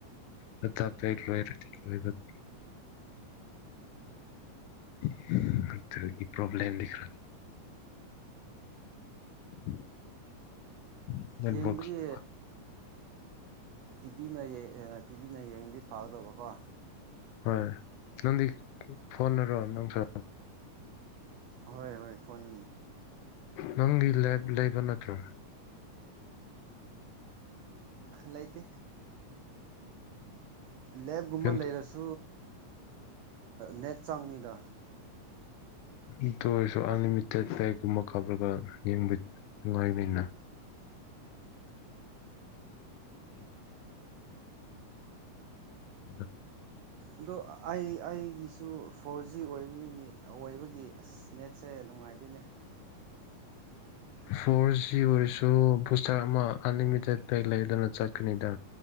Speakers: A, on the left; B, on the right.
A: ꯗꯇꯥ ꯄꯦꯛ ꯂꯣꯏꯔꯗꯤ ꯂꯣꯏꯕꯗ <unintelligible> ꯑꯗꯨꯒꯤ ꯄ꯭ꯔꯣꯕ꯭ꯂꯦꯝꯗꯤ <unintelligible> <unintelligible>
B: ꯌꯦꯡꯕꯗꯤ ꯇꯤꯚꯤꯅ ꯇꯤꯚꯤꯅ ꯌꯦꯡꯉꯗꯤ ꯐꯒꯗꯧꯕꯀꯣ
A: ꯍꯣꯏ ꯅꯪꯗꯤ ꯐꯣꯟꯅꯔꯣ ꯅꯪꯁꯨ
B: ꯍꯣꯏ ꯍꯣꯏ ꯐꯣꯟ
A: ꯅꯪꯒꯤ ꯂꯦꯞ ꯂꯩꯕ ꯅꯠꯇ꯭ꯔꯣ
B: ꯂꯩꯇꯦ ꯂꯦꯞꯒꯨꯝꯕ
A: ꯌꯨꯝ
B: ꯂꯩꯔꯁꯨ ꯅꯦꯠ ꯑ‌ ꯆꯡꯉꯤꯗ
A: ꯑꯗꯨ ꯑꯣꯏꯁꯨ ꯑꯟꯂꯤꯃꯤꯇꯦꯠ ꯀꯩ ꯒꯨꯝꯕ ꯀꯥꯞꯔꯒ ꯌꯦꯡ ꯅꯨꯡꯉꯥꯏꯅꯤꯅ <unintelligible> <inaudible>
B: ꯑꯗꯣ ꯑꯩ ꯑꯩꯒꯤꯁꯨ ꯐꯣꯔ ꯖꯤ ꯑꯣꯏꯕꯅꯤ ꯑꯣꯏꯕꯒꯤ ꯑꯁ ꯅꯦꯠꯁꯦ ꯅꯨꯡꯉꯥꯏꯇꯦꯅꯦ <inaudible>
A: ꯐꯣꯔ ꯖꯤ ꯑꯣꯏꯔꯁꯨ ꯕꯨꯁꯇꯔ ꯑꯃ ꯑꯟꯂꯤꯃꯤꯇꯦꯠ ꯀꯩ ꯂꯩꯗꯅ ꯆꯠꯀꯅꯤꯗ